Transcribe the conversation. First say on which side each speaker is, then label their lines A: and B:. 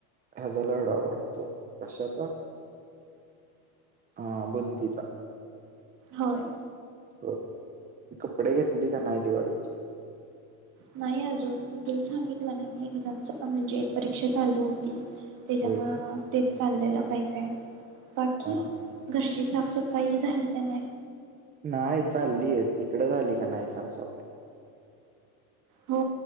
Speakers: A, on the right; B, on the right.
A: ह्याचा लडू आवडतो कशाचा? हा बुंदीचा
B: होय
A: हो कपडे घेतली का नाही दिवाळीची?
B: नाही अजून तुला सांगितलं ना मी एक्झामची पण म्हणजे एक परीक्षा चालू होती त्याच्यामुळे
A: होय का
B: ते चाललेलं काय? काय? बाकी
A: हा
B: घरची साफसफाई झाली? का नाय?
A: नाही चालले आहे तिकडं झाली का नाही साफसफाई?
B: हो